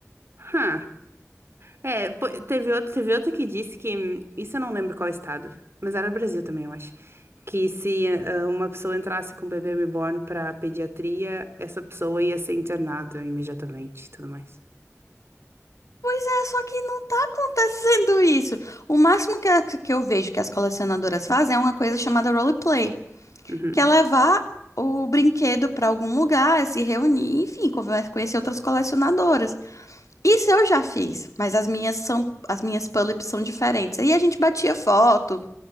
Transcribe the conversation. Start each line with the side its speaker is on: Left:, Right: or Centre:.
Right: Hã. É, pô, teve outro, teve outro que disse que. hum, Isso eu não lembro qual estado, mas era Brasil também, eu acho. Que se ah, uma pessoa entrasse com um bebê reborn pra pediatria, essa pessoa ia ser internada imediatamente e tudo mais.
Left: Pois é, só que não tá acontecendo isso. O máximo que, a- que eu vejo que as colecionadoras fazem é uma coisa chamada roleplay.
Right: Uhum.
Left: que é levar o brinquedo para algum lugar, se reunir, enfim, conver- conhecer outras colecionadoras. Isso eu já fiz, mas as minhas são, as minhas Pullips são diferentes. Aí a gente batia foto,